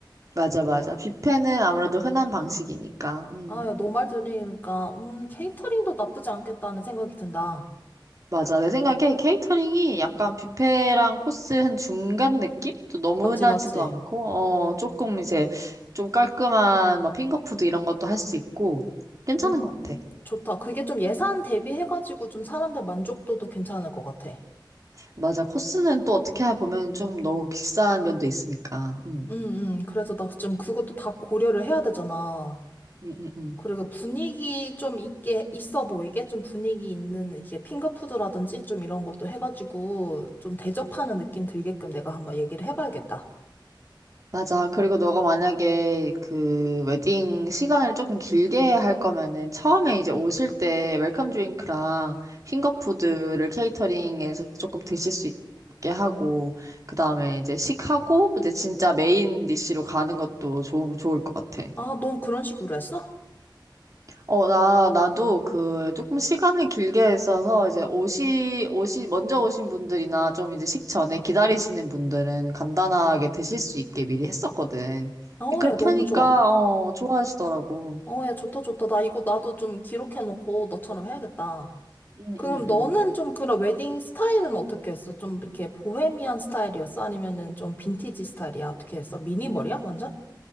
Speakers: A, on the right; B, on the left.
A: 맞아, 맞아. 뷔페는 아무래도 흔한 방식이니까. 응.
B: 아, 야, 너 말 들으니까, 음, 케이터링도 나쁘지 않겠다는 생각이 든다.
A: 맞아. 내 생각에 케이터링이 약간 뷔페랑 코스 한 중간 느낌? 또 너무
B: 맞지,
A: 흔하지도
B: 맞지?
A: 않고, 어, 조금 이제 좀 깔끔한 막 핑거푸드 이런 것도 할 수 있고, 괜찮은
B: 음,
A: 것 같아.
B: 좋다. 그게 좀 예산 대비해가지고 좀 사람들 만족도도 괜찮을 것 같아.
A: 맞아. 코스는 또 어떻게 보면 좀 너무 비싼 면도 있으니까. 음,
B: 음, 음. 그래서 나 좀 그것도 다 고려를 해야 되잖아.
A: 음, 음, 음.
B: 그리고 분위기 좀 있게, 있어 보이게 좀 분위기 있는 이게 핑거푸드라든지 좀 이런 것도 해가지고 좀 대접하는 느낌 들게끔 내가 한번 얘기를 해봐야겠다.
A: 맞아. 그리고 너가 만약에 그 웨딩 시간을 조금 길게 할 거면은 처음에 이제 오실 때 웰컴 드링크랑 핑거푸드를 케이터링에서 조금 드실 수 있게 하고, 그 다음에 이제 식하고, 이제 진짜 메인 디쉬로 가는 것도 좋, 좋을 것 같아.
B: 아, 넌 그런 식으로 했어?
A: 어, 나, 나도 그 조금 시간을 길게 써서 이제 옷이, 옷이 먼저 오신 분들이나 좀 이제 식전에 기다리시는 분들은 간단하게 드실 수 있게 미리 했었거든.
B: 어,
A: 근데 그렇게
B: 야, 너무
A: 하니까,
B: 좋아.
A: 어, 좋아하시더라고.
B: 어, 야, 좋다, 좋다. 나 이거 나도 좀 기록해놓고 너처럼 해야겠다.
A: 응,
B: 그럼
A: 응,
B: 너는
A: 응.
B: 좀 그런 웨딩 스타일은 어떻게 했어? 좀 이렇게 보헤미안 스타일이었어? 아니면은 좀 빈티지 스타일이야? 어떻게 했어? 미니멀이야? 완전?